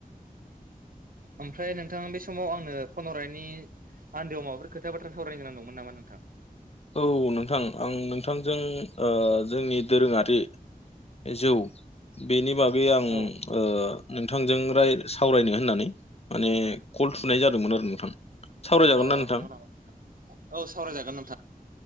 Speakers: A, on the right; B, on the left.
A: ओमफ्राय नोंथां बे समाव आंनो फनहरनायनि। आन्दोआव माबाफोर खोथा बाथ्रा सावरायनो दंमोन नामा नोंथां?
B: औ नोंथां आं नोंथां। जों ओ जोंनि दोरोङारि जौ बेनि बागै। गै आओ
A: औ
B: नोंथांजों रायलायनो। सावरायनो होननानै माने कल थुनाय जादोंमोन आरो नोंथां सावरायजागोन
A: अ
B: ना नोंथां।
A: नंगौ नामा औ सावरायजागोन नोंथ।